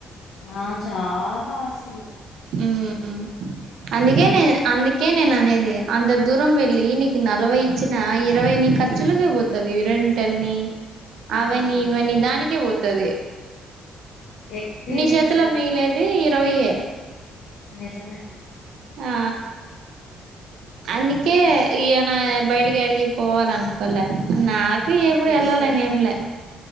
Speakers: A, on the left; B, on the right.
A: ఆ చాలా అస్సలు
B: ఉమ్ అందుకే నేను అందుకే నేను అనేది అంత దూరం వెళ్ళి నీకు నలభై ఇచ్చిన ఇరవై నీ ఖర్చులక పోతంది రెంటని అవని
A: ఉమ్,
B: ఇవని దానికే పోతుది
A: ఎక్స్పీరియన్స్
B: నీ చేతులో మిగిలేది ఇరవైే
A: నిజామే
B: ఆ అందుకే ఈయన బయటికి అడిగి పోవాల అనుకోలే నాకు ఎప్పుడు
A: బెస్టే
B: అళ్లాల నేమ్లే